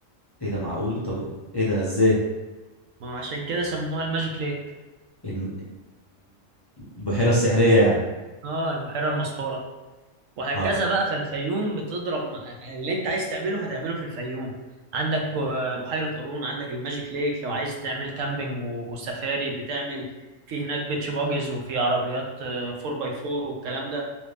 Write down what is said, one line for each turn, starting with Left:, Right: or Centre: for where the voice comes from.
Left: ايه ده معقول طب ايه ده ازاي
Right: ما عشان كده سموها الماجيك ليك
Left: إن- البحيرة السحرية يعني
Right: اه البحيرة المسحورة وهكذا
Left: اه
Right: بقى فالفيوم بتضرب مع- اللي انت عايز تعمله هتعمله في الفيوم عندك ب- بحيرة قارون عندك الماجيك ليك لو عايز تعمل كامبينج وسفاري بتعمل في هناك بيتش باجز وفي عربيات 4 باي 4 والكلام ده